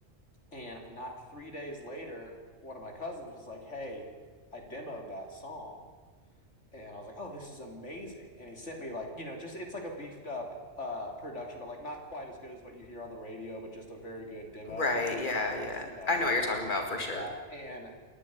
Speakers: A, on the left (about 90°); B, on the left (about 45°).
A: And not three days later, one of my cousins was like, "Hey, I demoed that song," and I was like, "Oh, this is amazing!" And he sent me like, you know, just it's like a beefed up uh, production, but like not quite as good as what you hear on the radio, but just a very good demo,
B: Right.
A: if that
B: Yeah,
A: makes sense,
B: yeah.
A: you know.
B: I know what you're talking about for sure.
A: Yeah, and